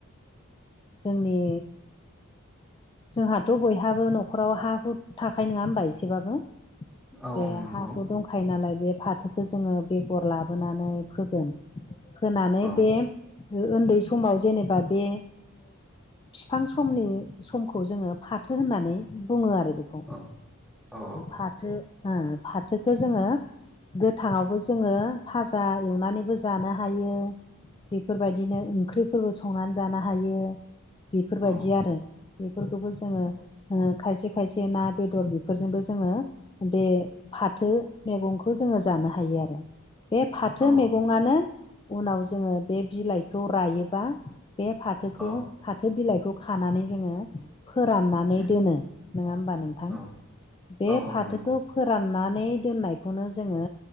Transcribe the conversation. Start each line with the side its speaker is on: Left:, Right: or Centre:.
Left: जोंनि जोंहाथ' बयहाबो न'खराव हा हु थाखाय नङा होनबा एसेबाबो
Centre: औ
Left: बे
Centre: नंगौ
Left: हा हु दंखायो नालाय बे फाथोखौ जोङो बेगर लाबोनानै फोगोन होनानै
Centre: औ
Left: बे उन्दै समाव जेनेबा बे बिफां समनि समखौ जोङो फाथो होननानै बुङो आरो बेखौ
Centre: औ औ
Left: फाथो फाथोखौ जोङो गोथाङावबो जोङो फाजा एवनानैबो जानो हायो बेफोरबायदिनो ओंख्रिफोरबो संनानै जानो हायो बेफोरबायदि
Centre: औ
Left: आरो बेफोरखौबो जोङो खायसे खायसे ना बेदर बेफोरजोंबो जोङो बे फाथो मैगंखौ जोङो जानो हायो आरो बे फाथो
Centre: औ
Left: मैगङानो उनाव जोङो बे बिलाइखौ रायोबा बे फाथोखौ
Centre: औ
Left: फाथो बिलाइखौ खानानै जोङो फोराननानै
Centre: उम,
Left: दोनो नङा होमबा नोंथां
Centre: औ
Left: बे
Centre: औ
Left: फाथोखौ
Centre: नंगौ
Left: फोराननानै दोननायखौनो जोङो